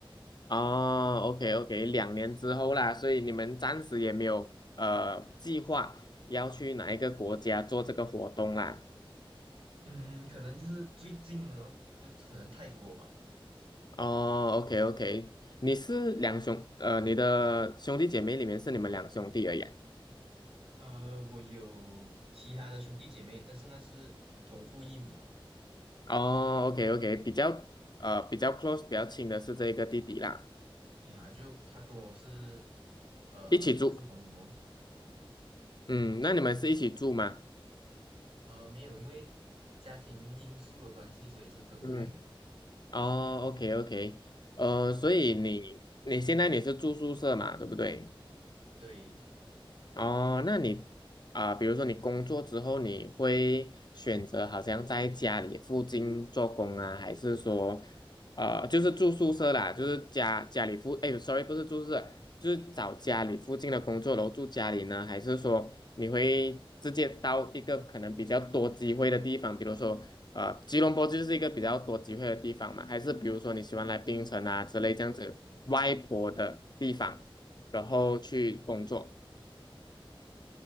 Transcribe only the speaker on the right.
嗯，可能就是最近哦，就可能泰国吧。
呃，我有其他的兄弟姐妹，但是那是同父异母的
啊，就他跟我是呃同父同母哦，
呃，没有因为家庭因素的关系，所以是分开的
啊。
对
对，